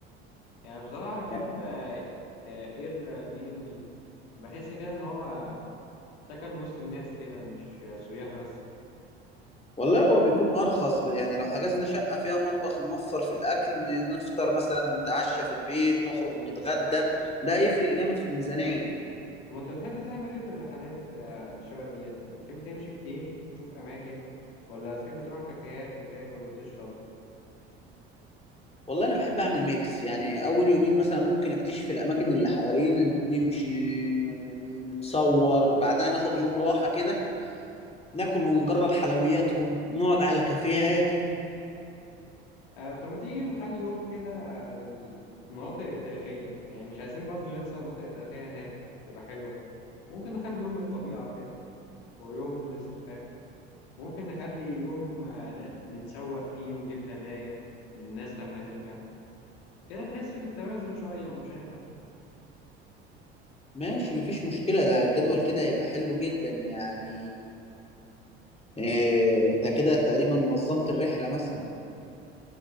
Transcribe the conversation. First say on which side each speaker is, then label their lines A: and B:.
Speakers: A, on the left; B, on the left.
A: يعني بصراحة بحب
B: يعني
A: آه، آه، اير بي ام بي بحس كده ان هو سكن وسط الناس كده مش سياح بس
B: والله هو بيكون ارخص ب- يعني لو حجزنا شقة فيها مطبخ نوفر في الاكل ن- نفطر مثلا نتعشى في البيت نخرج نتغدى ده هيفرق جامد في الميزانية
A: طب انت بتحب تعمل ايه في الرحلات آه، الشبه ديت يعني بتحب تمشي كتير تشوف اماكن ولا تحب تروح كافيهات وتاكل وتشرب
B: والله انا بحب اعمل ميكس يعني اول يومين مثلا ممكن اكتشف الاماكن اللي حوالينا نمشي ن- نتصور بعدها ناخد يوم راحة كده ناكل ونجرب حلوياتهم نقعد على كافيه هادي
A: آه طب ما تيجي نخلي يوم كده للمناطق التاريخية يعني مش عايزين برضو ننسى المناطق التاريخية هناك تبقى حلوة ممكن نخلي يوم للطبيعة كده ويوم للاسترخاء ممكن نخلي يوم آه، ن- نتسوق فيه ونجيب هدايا للناس لما نرجع كده نحس بالتوازن شوية ومش هنتعب
B: ماشي مفيش مشكلة ده الجدول كده يبقى حلو جدا يعني إيه انت كده تقريبا نظمت الرحلة مثلا